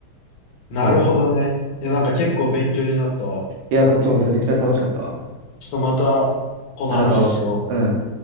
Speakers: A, on the left (about 75°); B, on the right (about 80°).
A: なるほどね。
B: そうそ
A: いや、なんか結構勉強になったわ。
B: う。いや、こっちもめちゃくちゃ楽しかったわ。
A: ちょっとまた、この話しよう。
B: 話そう。うん。